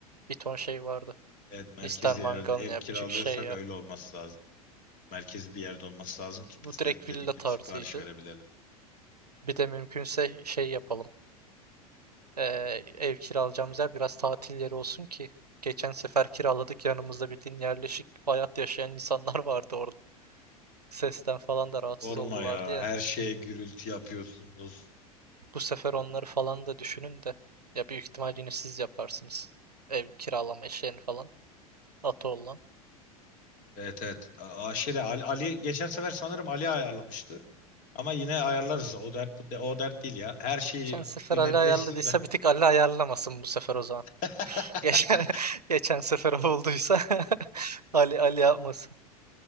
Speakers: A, on the right; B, on the left.
A: Bir ton şey vardı.
B: Evet merkezi
A: İster mangal
B: yerde ev
A: yap,
B: kiralıyorsak
A: çık şey yap.
B: öyle olması lazım. Merkezi bir yerde olması lazım ki
A: Bu
B: biz
A: direkt
B: de dediğin
A: villa
B: gibi
A: tarzıydı.
B: sipariş verebilelim.
A: Bir de mümkünse şey yapalım. Ee, ev kiralayacağımız yer biraz tatil yeri olsun ki. Geçen sefer kiraladık yanımızda bildiğin yerleşik hayat yaşayan insanlar <laughs> vardı orada. Sesten falan da rahatsız
B: Sorma
A: oldulardı
B: ya
A: ya.
B: her şeye gürültü yapıyorsunuz.
A: Bu sefer onları falan da düşünün de. Ya büyük ihtimal yine siz yaparsınız. Ev kiralama işlerini falan. Atı olan.
B: Evet evet. A- a- şeyde Ali, Ali geçen sefer sanırım Ali ayarlamıştı. Ama yine ayarlarız. O dert bu de- o dert değil ya. Her şey
A: Geçen sefer
B: bir
A: Ali
B: netleşsin
A: ayarladıysa
B: de.
A: bir tık Ali ayarlamasın bu sefer o zaman.
B: <laughs>
A: Geçen, <laughs> geçen sefer o olduysa <laughs> Ali Ali yapmasın.